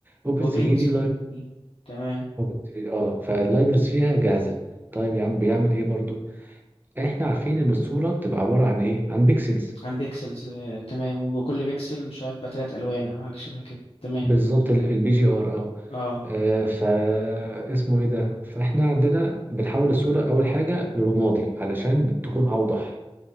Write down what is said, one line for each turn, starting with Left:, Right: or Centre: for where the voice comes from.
Right: اوبن
Left: وبينزل
Right: سي في دي
Left: تمام
Right: اوبن 3 اه فاللايبرز فيها جاهزه طيب يا عم بيعمل ايه برضو احنا عارفين ان الصوره بتبقى عباره عن ايه عن بيكسلز
Left: عن بيكسلز آه، تمام وكل بيكسل مش عارف بقى تلات ألوان أو حاجة شبه كده تمام
Right: بالظبط البي جي ار اه
Left: اه
Right: آه، فا اسمه ايه ده فاحنا عندنا بنحول الصوره اول حاجه لرمادي علشان تكون اوضح